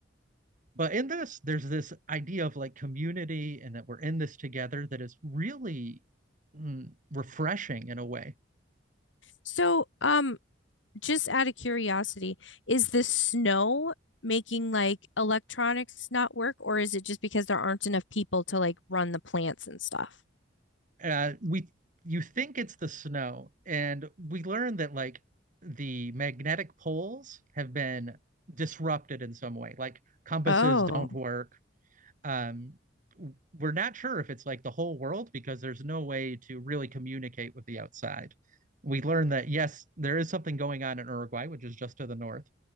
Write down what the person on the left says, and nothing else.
So um, just out of curiosity, is the snow making like electronics not work, or is it just because there aren't enough people to like run the plants and stuff?
Oh,